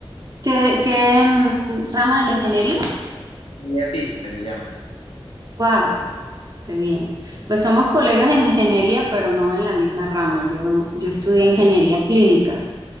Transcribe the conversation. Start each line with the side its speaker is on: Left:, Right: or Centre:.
Right: ¿Qué, qué, mm, rama de la ingeniería?
Left: ingeniería física se llama.
Right: Wow, qué bien. Pues somos colegas en ingeniería, pero no en la misma rama. Yo, yo estudié
Left: ¿Ah,
Right: ingeniería
Left: sí?
Right: clínica.